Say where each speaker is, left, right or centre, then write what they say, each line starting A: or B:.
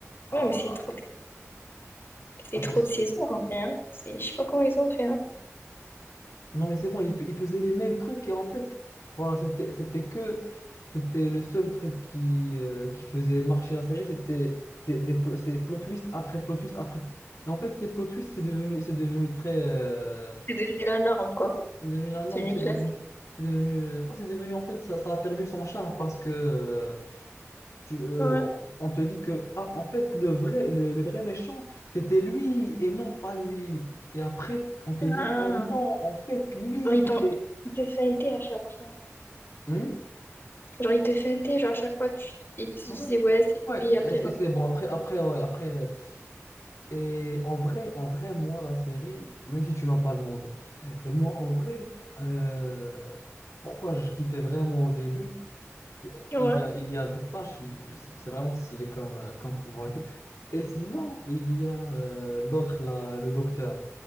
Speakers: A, on the left; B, on the left.
A: à,
B: Ouais, mais c'est trop. C'est
A: à
B: trop
A: sortir.
B: de saisons en vrai. hein. C'est, je sais pas comment ils ont fait. Hein.
A: Non, mais c'est bon, il, fais- il faisait les mêmes trucs et en fait, voilà, c'était c'était que, c'était le seul truc qui, euh, qui faisait marcher la série, c'était des, des plo- c'est plot twist après plot twist après. Et en fait, ces plot twists, c'est devenu, c'est devenu très. euh,
B: C'est devenu la norme, quoi.
A: c'est devenu la norme,
B: C'est devenu
A: c'est
B: classique.
A: devenu. C'est devenu, euh, oh, c'est devenu, en fait, ça, ça a perdu son charme parce que euh, tu, euh,
B: Ouais.
A: on on te dit que, ah, en fait, le vrai, le, le vrai méchant, c'était lui et non pas lui. Et après, on te dit,
B: Ah.
A: ah non, en fait, lui,
B: Genre, ils
A: c'était.
B: t'ont... Ils te feintaient à chaque fois.
A: Hmm
B: Genre, ils te feintaient, genre, à chaque fois, tu... ils te disaient,
A: Ouais,
B: ouais, c'est
A: ouais,
B: lui, après,
A: et c'est
B: non.
A: c'est bon. Après, après, ouais, après. euh, Et en vrai, en vrai, moi, la série, même si tu m'as pas demandé, euh, moi, en vrai, euh, pourquoi je kiffais vraiment au début, c'est, euh,
B: Ouais.
A: il y a, il y a des flashs, du- c'est c'est vraiment stylé comme, euh, comme pouvoir et tout. Et sinon, il y a euh, l'autre, là, le docteur.